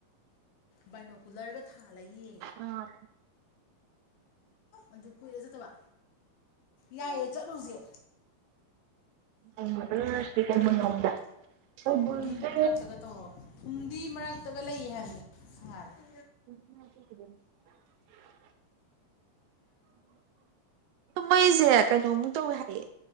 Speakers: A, on the left; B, on the right.
A: ꯕꯥꯏꯅꯣꯀꯨꯂꯔꯒ ꯊꯥꯜꯂꯒ ꯌꯦꯡꯕ
B: ꯑꯥ
A: ꯑꯗꯨ ꯀꯨꯏꯔꯦ ꯆꯠꯇꯕ ꯌꯥꯏꯌꯦ ꯆꯠꯂꯨꯁꯦ
B: ꯍꯌꯦꯡ ꯑꯣꯏ ꯆꯠꯂꯨꯔꯁꯦ ꯀꯩꯕꯨꯜꯂꯣꯝꯗ ꯀꯩꯕꯨꯜꯁꯦ
A: ꯐꯝꯗꯤ ꯃꯔꯛꯇꯒ ꯇꯧꯔꯒ ꯐꯨꯝꯗꯤ ꯃꯔꯛꯇꯒ ꯂꯩ ꯍꯥꯏꯕꯅꯦ ꯁꯉꯥꯏꯗꯣ
B: <inaudible> ꯃꯩꯁꯦ ꯀꯩꯅꯣꯃꯨꯛ ꯇꯧꯋꯦ ꯍꯥꯏꯌꯦ